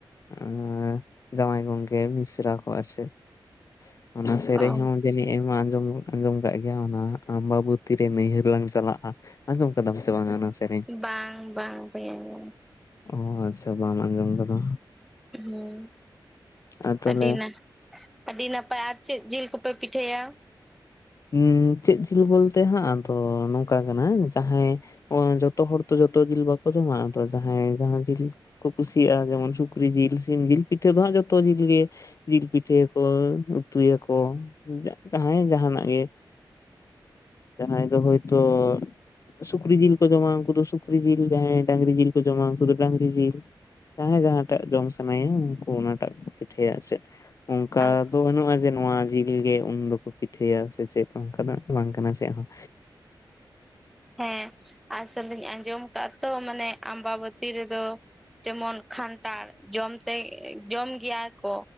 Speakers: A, on the left (about 40°); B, in the centre.
A: ᱦᱮ ᱡᱟᱶᱟᱭ ᱜᱚᱝᱠᱮ ᱢᱤᱥᱨᱟ ᱠᱚ ᱟᱨ ᱪᱮᱫ᱾ ᱚᱱᱟ ᱥᱮᱨᱮᱧ
B: ᱚ
A: ᱦᱚᱸ ᱡᱟᱹᱱᱤᱜ ᱮᱢᱟ ᱟᱸᱡᱚᱢ ᱟᱸᱡᱚᱢ ᱠᱟᱜ ᱜᱮᱭᱟᱢ ᱚᱱᱟ ᱟᱢᱵᱟᱵᱩᱛᱤ ᱨᱮ ᱱᱟᱹᱭᱦᱟᱹᱨ ᱞᱟᱝ ᱪᱟᱞᱟᱜ-ᱟ᱾ ᱟᱧᱡᱚᱢ ᱠᱟᱫᱟᱢ‌ ᱥᱮ ᱵᱟᱝ ᱚᱱᱟ ᱥᱮᱨᱮᱧ
B: ᱵᱟᱝ ᱵᱟᱝ ᱵᱟᱹᱧ ᱟᱧᱡᱚᱢ
A: ᱚᱸᱻ ᱟᱪᱪᱷᱟ ᱵᱟᱢ ᱟᱸᱡᱚᱢ ᱠᱟᱫᱟ᱾
B: ᱦᱩᱸ
A: ᱟᱨ ᱛᱟᱦᱚᱞᱮ
B: ᱟᱹᱰᱤ ᱱᱟ ᱟᱹᱰᱤ ᱱᱟᱯᱟᱭ ᱟᱨ ᱪᱮᱫ ᱡᱤᱞ ᱠᱚᱯᱮ ᱯᱤᱴᱷᱟᱹᱭᱟ?
A: ᱩᱸ ᱪᱮᱫ ᱡᱤᱞ ᱵᱚᱞᱛᱮ ᱦᱟᱸᱜ ᱫᱚ ᱱᱚᱝᱠᱟ ᱠᱟᱱᱟ ᱡᱟᱦᱟᱸᱭ ᱚᱶᱻ ᱡᱚᱛᱚ ᱦᱚᱲ ᱛᱚ ᱡᱚᱛᱚ ᱡᱤᱞ ᱵᱟᱠᱚ ᱡᱚᱢᱟ ᱟᱫᱚ ᱡᱟᱦᱟᱸᱭ ᱡᱟᱦᱟᱸ ᱡᱤᱞ ᱠᱚ ᱠᱩᱥᱤᱭᱟᱜ-ᱟ ᱡᱮᱢᱚᱱ ᱥᱩᱠᱨᱤ ᱡᱤᱞ ᱥᱤᱢ ᱡᱤᱞ ᱯᱤᱴᱷᱟᱹ ᱫᱚ ᱦᱟᱸᱜ ᱡᱚᱛᱚ ᱡᱤᱞ ᱜᱮ ᱡᱤᱞ ᱯᱤᱴᱷᱟᱹ ᱭᱟᱠᱚ ᱩᱛᱩ ᱭᱟᱠᱚ ᱡᱟᱜ ᱡᱟᱦᱟᱸᱭ ᱡᱟᱦᱟᱸ ᱱᱟᱜ ᱜᱮ ᱡᱟᱦᱟᱸᱭ ᱫᱚ ᱦᱳᱭᱛᱚ ᱥᱩᱠᱨᱤ ᱡᱤᱞ ᱠᱚ ᱡᱚᱢᱟ ᱩᱱᱠᱩ ᱫᱚ ᱥᱩᱠᱨᱤ ᱡᱤᱞ ᱡᱟᱦᱟᱸᱭ ᱰᱟᱝᱨᱤ ᱡᱤᱞ ᱠᱚ ᱡᱚᱢᱟ ᱩᱱᱠᱩ ᱫᱚ ᱰᱟᱝᱨᱤ ᱡᱤᱞ ᱡᱟᱦᱟᱸᱭ ᱡᱟᱦᱟᱸ ᱴᱟᱜ ᱡᱚᱢ ᱥᱟᱱᱟᱭᱟ ᱩᱱᱠᱩ ᱚᱱᱟ ᱴᱟᱜ ᱠᱟ ᱯᱤᱴᱷᱟᱹᱭᱟ ᱟᱨ ᱪᱮᱫ᱾ ᱚᱱᱠᱟ
B: ᱟᱪᱪᱷᱟ
A: ᱫᱚ ᱵᱟᱹᱱᱩᱜᱼᱟ ᱡᱮ ᱱᱚᱶᱟ ᱡᱤᱞ ᱜᱮ ᱩᱱ ᱫᱚ ᱠᱚ ᱯᱤᱴᱷᱟᱹᱭᱟ ᱥᱮ ᱪᱮᱫ ᱠᱚ ᱚᱱᱠᱟ ᱫᱚ ᱵᱟᱝ ᱠᱟᱱᱟ ᱪᱮᱜ ᱦᱚᱸ᱾
B: ᱦᱮᱸ ᱟᱥᱚᱞ ᱫᱩᱧ ᱟᱸᱡᱚᱢ ᱠᱟᱜᱼᱟ ᱛᱚ ᱢᱟᱱᱮ ᱟᱢᱵᱟ ᱵᱟᱹᱛᱤ ᱨᱮᱫᱚ ᱡᱮᱢᱚᱱ ᱠᱷᱟᱱᱴᱟᱲ ᱡᱚᱢ ᱛᱮ ᱮᱸᱜ ᱡᱚᱢ ᱜᱮᱭᱟ ᱠᱚ